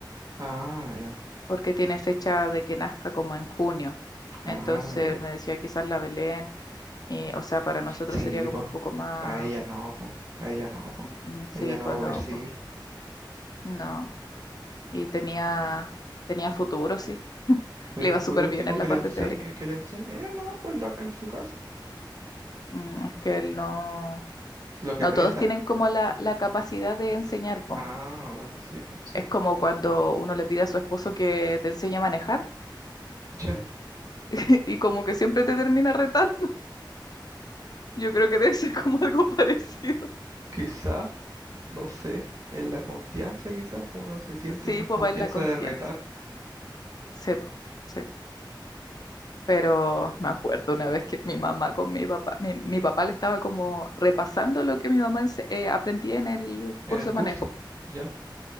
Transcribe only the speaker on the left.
porque tiene fecha de que nazca como en junio.
Entonces
él me decía quizás la Belén, y, o sea, para nosotros
sería como
un poco más,
mm, sí,
pues
no,
pues no. Y tenía, tenía futuro, sí,
le iba
súper
bien en
la parte
teórica.
Mm, es que él no,
no
todos tienen como la, la capacidad de enseñar, po.
Es
como cuando uno le pide a su esposo que te enseñe a manejar
<laughs> y como que siempre te termina retando. Yo creo que debe ser como algo <laughs> parecido.
Sí,
pues
va en la confianza.
Sí, po, sí. Pero me acuerdo una vez que mi mamá con mi papá, mi, mi papá le estaba como repasando lo que mi mamá ense- eh, aprendía en el
curso
de manejo. po.